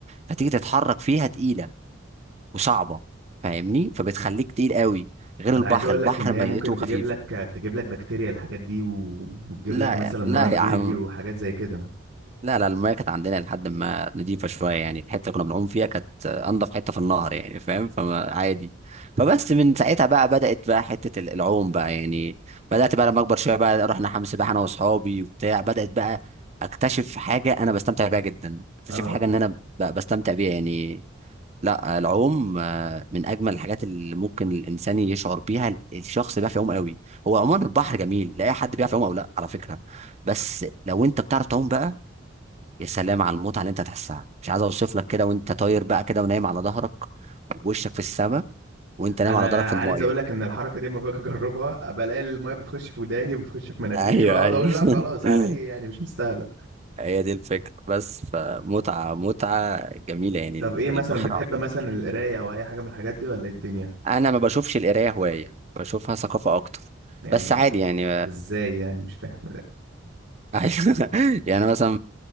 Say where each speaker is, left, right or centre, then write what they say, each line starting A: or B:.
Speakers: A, on the right; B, on the right.
A: فتيجي تتحرك فيها تقيله وصعبه فاهمني فبتخليك تقيل قوي غير
B: انا
A: البحر
B: عايز اقول
A: البحر
B: لك ان هي
A: ميته
B: ممكن تجيب
A: خفيف
B: لك تجيب لك بكتيريا الحاجات دي و- وتجيب
A: لا
B: لك مثلا مرض
A: لا يا
B: جلدي
A: عم
B: وحاجات زي كده
A: لا لا المايه كانت عندنا لحد ما نضيفه شويه يعني الحته اللي كنا بنعوم فيها كانت انضف حته في النهر يعني فاهم فما عادي فبس من ساعتها بقى بدات بقى حته ال- العوم بقى يعني بدات بقى لما اكبر شويه بقى رحنا حمام سباحه انا واصحابي وبتاع بدات بقى اكتشف حاجه انا بستمتع بيها جدا اكتشف
B: اه
A: حاجه ان انا ب- بستمتع بيها يعني لا العوم آه، من اجمل الحاجات اللي ممكن الانسان يشعر بيها الشخص بيعرف يعوم قوي هو عموما البحر جميل لا اي حد بيعرف يعوم او لا على فكره بس لو انت بتعرف تعوم بقى يا سلام على المتعه اللي انت هتحسها مش عايز اوصف لك كده وانت طاير بقى كده ونايم على ظهرك ووشك في السماء وانت نايم
B: انا
A: على ظهرك
B: عايز
A: في المايه
B: اقول لك ان الحركه دي لما باجي اجربها بلاقي الميه بتخش في وداني وبتخش في مناخيري
A: ايوه
B: بقعد
A: ايوه
B: اقول لا خلاص على
A: <laughs>
B: ايه يعني مش مستاهله
A: هي دي الفكره بس فمتعه متعه جميله يعني
B: طب ايه مثلا
A: البحر
B: بتحب
A: عموما
B: مثلا القرايه او اي حاجه من الحاجات دي ولا ايه الدنيا
A: انا ما بشوفش القرايه هوايه بشوفها ثقافه اكتر
B: يعني
A: بس عادي يعني
B: ازاي يعني مش فاهم
A: أيوة. <laughs> يعني مثلا